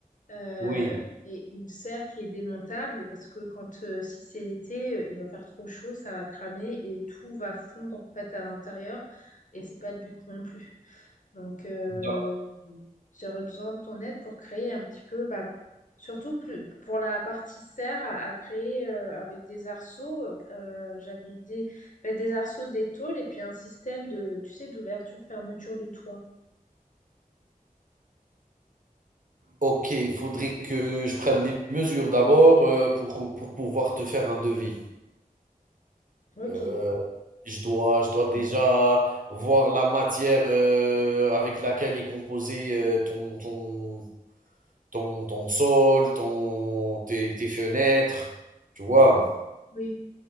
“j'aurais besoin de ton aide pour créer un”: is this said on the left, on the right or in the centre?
Left